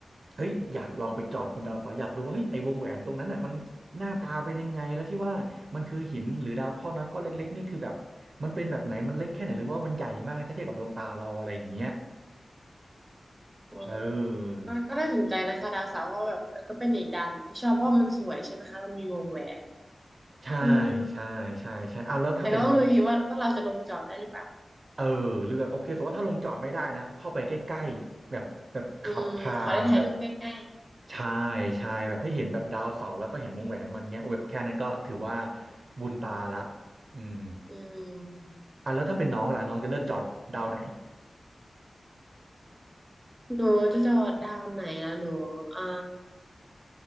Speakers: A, on the right; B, on the right.
A: เฮ้ยอยากลองไปจอดบนดาวเสาร์อยากรู้ว่าเฮ้ยไอ้วงแหวนตรงนั้นอ่ะมันหน้าตาเป็นยังไงแล้วที่ว่ามันคือหินหรือดาวเคราะห์น้อยก้อนเล็กๆนี่คือแบบมันเป็นแบบไหนมันเล็กแค่ไหนหรือว่ามันใหญ่มากถ้าเทียบกับดวงตาเราอะไรอย่างเงี้ย
B: อืม
A: เออ
B: ก็ก็น่าสนใจนะคะดาวเสาร์ก็แบบเออก็เป็นอีกดาวหนึ่งที่ชอบเพราะว่ามันสวยใช่ไหมคะมันมีวงแหวน
A: ใช่
B: อืม
A: ใช่ใช่ใช่เอาแล้วถ้าเป็น
B: แต่ก็ต้องดูดีว่าว่าเราจะลงจอดได้หรือเปล่า
A: เออหรือแบบโอเคสมมติว่าถ้าลงจอดไม่ได้นะเข้าไปใกล้ๆแบบแบบขับผ่านแบบ
B: อืมขอได้ถ่ายรูปใกล้
A: ชายชายแบบให้เห็นแบบดาวเสาร์แล้วก็เห็นวงแหวนมันเงี้ยโอ้แบบแค่นั้นก็ถือว่าบุญตาละอืม
B: ๆอืม
A: อ่ะแล้วถ้าเป็นน้องล่ะน้องจะเลือกจอดดาวไหน
B: หนูจะจอดดาวไหนอะหนูอ่า